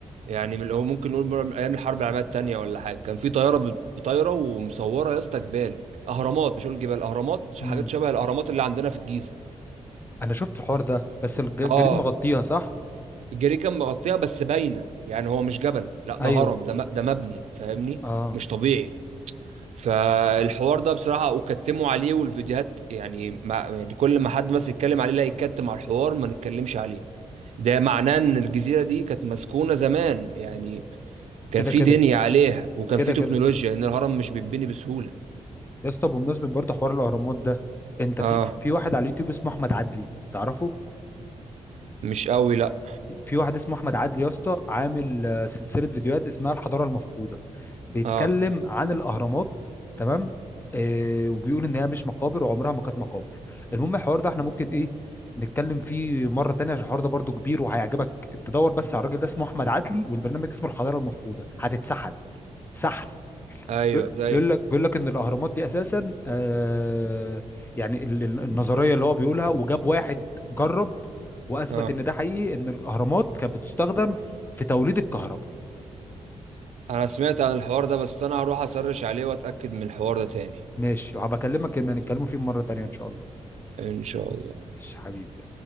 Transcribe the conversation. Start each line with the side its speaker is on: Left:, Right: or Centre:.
Right: يعني من هو ممكن نقول من ايام الحرب العالميه الثانيه ولا حاجه كان في طياره بت- طايره ومصوره يا اسطى جبال اهرامات مش اقول جبال اهرامات ش- حاجات
Left: امم
Right: شبه الاهرامات اللي عندنا في الجيزه
Left: انا شفت الحوار ده بس الج- الجريد
Right: اه
Left: مغطيها صح
Right: الجري كان مغطيها بس باينه يعني هو مش جبل لا ده
Left: ايوه
Right: هرم ده م- ده مبني فاهمني
Left: اه
Right: مش طبيعي فالحوار ده بصراحة وكتموا عليه والفيديوهات يعني, ما يعني كل ما حد مثلا يتكلم عليه لا يتكتم على الحوار ما نتكلمش عليه ده معناه ان الجزيرة دي كانت مسكونة زمان يعني كان
Left: كده
Right: في
Left: كده
Right: دنيا عليها وكان
Left: كده
Right: في تكنولوجيا
Left: كده
Right: لان الهرم مش بيتبني بسهولة
Left: يا اسطى بمناسبة برضه حوار الأهرامات ده أنت
Right: اه
Left: في في واحد على اليوتيوب اسمه أحمد عدلي تعرفه؟
Right: مش قوي لا
Left: في واحد اسمه أحمد عدلي يا اسطى عامل آه، سلسلة فيديوهات اسمها الحضارة المفقودة بيتكلم
Right: اه
Left: عن الأهرامات تمام آه وبيقول إن هي مش مقابر وعمرها ما كانت مقابر المهم الحوار ده احنا ممكن إيه نتكلم فيه مرة تانية عشان الحوار ده برضه كبير وهيعجبك أنت دور بس على الراجل ده اسمه أحمد عدلي والبرنامج اسمه الحضارة المفقودة هتتسحل سحل
Right: ايوه
Left: بيقول
Right: ايوه
Left: بيقول لك بيقول لك ان الاهرامات دي اساسا آه يعني ال- ال- النظريه اللي هو بيقولها وجاب واحد جرب واثبت
Right: اه
Left: ان ده حقيقي ان الاهرامات كانت بتستخدم في توليد الكهرباء
Right: انا سمعت عن الحوار ده بس انا هروح اسرش عليه واتأكد من الحوار ده تاني
Left: ماشي وهبكلمك ان هنتكلموا فيه مره تانيه ان شاء الله
Right: ان شاء الله
Left: ماشي حبيبي